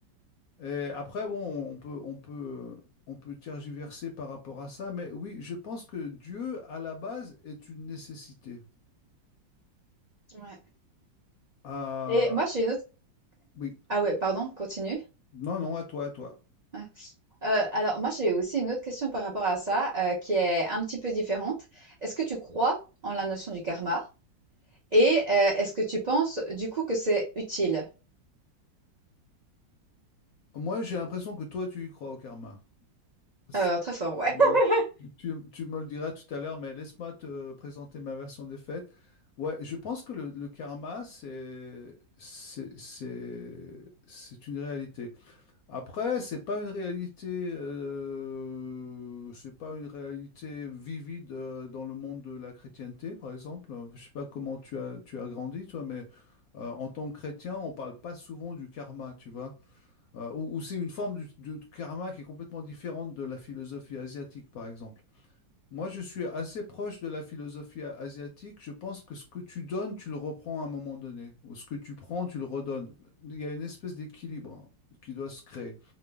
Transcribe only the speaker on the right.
Ouais.
Et moi, j'ai une autre
ah ouais, pardon, continue.
Ah, heu, alors moi, j'ai aussi une autre question par rapport à ça, heu, qui est un petit peu différente. Est-ce que tu crois en la notion du karma? Et heu, est-ce que tu penses, du coup, que c'est utile?
Heu, très fort, ouais.
<laughs>